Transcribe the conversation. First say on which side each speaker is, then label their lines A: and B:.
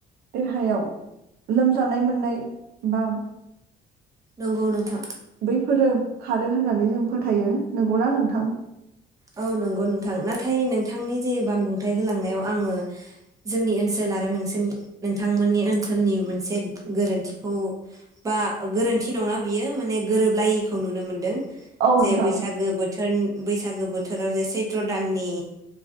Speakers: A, on the right; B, on the right.
A: देहायाव लोमजानाय मोननाय बा
B: नंगौ नोंथां
A: बैफोरो खारो होननानै जों फोथायो नंगौना नोंथां
B: औ नंगौ नोंथां नाथाय नोंथांनि जे बानबुंथाय होलांनायाव आङो जोंनि ओनसोल आरो नोंसोरनि नोंथांमोननि ओनसोलनि मोनसे गोरोन्थिखौ बा गोरोन्थि नङा बियो माने गोरोबलायैखौ नुनो मोनदों जे
A: औ नोंथां
B: बैसागो बोथोर बैसागो बो बोथोराव जे सैत्र दाननि